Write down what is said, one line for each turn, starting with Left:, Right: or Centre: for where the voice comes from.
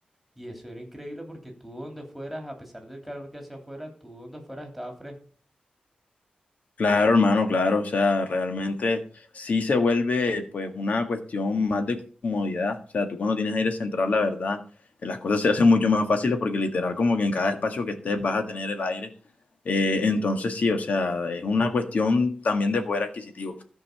Centre: Y eso era increíble porque tú donde fueras, a pesar del calor que hacía afuera, tú donde fueras estaba fresco.
Left: Claro, hermano, claro, o sea, realmente sí se vuelve pues una cuestión más de comodidad, o sea, tú cuando tienes aire central, la verdad, eh, las cosas se hacen mucho más fáciles porque literal como que en cada espacio que estés vas a tener el aire, Eh, entonces sí, o sea, es una cuestión también de poder adquisitivo.